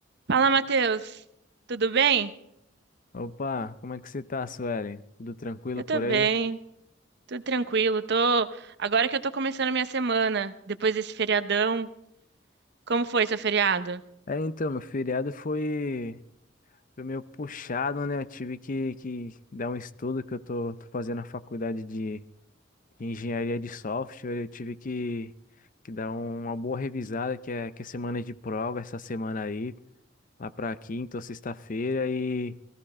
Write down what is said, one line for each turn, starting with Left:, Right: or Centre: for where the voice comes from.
Right: Fala, Matheus. Tudo bem?
Left: Opa, como é que você tá, Suelen? Tudo tranquilo
Right: Eu
Left: por
Right: tô bem,
Left: aí?
Right: tudo tranquilo. Tô agora que eu tô começando a minha semana, depois desse feriadão. Como foi seu feriado?
Left: É, então, meu feriado foi, foi meio puxado, né? Eu tive que, que dar um estudo que eu tô, tô fazendo na faculdade de, de engenharia de software. Eu tive que, que dar uma boa revisada, que é, que é semana de prova essa semana aí, lá pra quinta ou sexta-feira. E,